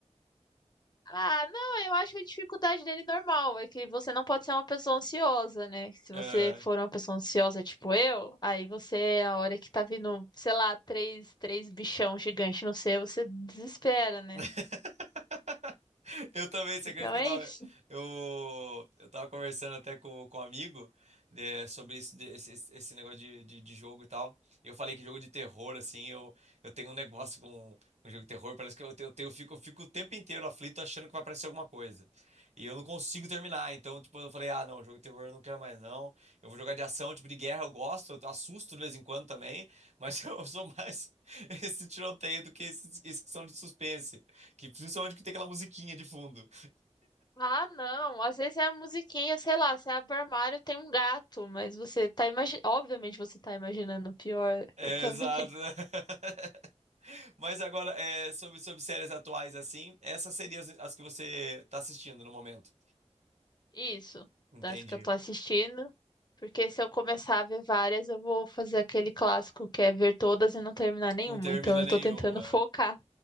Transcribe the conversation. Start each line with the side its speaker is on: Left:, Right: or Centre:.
Left: Ah, não, eu acho a dificuldade dele normal. É que você não pode ser uma pessoa ansiosa, né? Se
Right: Aham.
Left: você for uma pessoa ansiosa, tipo eu, aí você, a hora que tá vindo, sei lá, três, três bichão gigante no seu, você desespera, né?
Right: <laughs> Eu também, você
Left: Então
Right: acredita que
Left: é
Right: eu tava,
Left: isso.
Right: eu, eu tava conversando até com, com um amigo né, sobre esse, de- esse, esse esse negócio de, de, de jogo e tal. E Eu falei que jogo de terror, assim, eu, eu tenho um negócio com, com jogo de terror, parece que eu, tenho, eu, tenho- eu fico, eu fico o tempo inteiro aflito achando que vai aparecer alguma coisa. E eu não consigo terminar, então, tipo, eu falei, ah, não, jogo de terror eu não quero mais, não. Eu vou jogar de ação, tipo, de guerra eu gosto, eu assusto de vez em quando também, mas <laughs> eu sou mais <laughs> esse tiroteio do que esses esses que são de suspense. Que principalmente que tem aquela musiquinha de fundo.
Left: Ah, não. Às vezes é a musiquinha, sei lá, você abre o armário, tem um gato, mas você tá imaginando. Obviamente você tá imaginando o pior.
Right: É,
Left: Eu também.
Right: exato. <laughs> Mas agora, é, sobre, sobre séries atuais assim, essas seriam as, as que você tá assistindo no momento.
Left: Isso,
Right: Entendi.
Left: das que eu tô assistindo. Porque se eu começar a ver várias, eu vou fazer aquele clássico que é ver todas e não terminar nenhuma.
Right: Não termina
Left: Então eu
Right: nenhuma.
Left: tô tentando focar.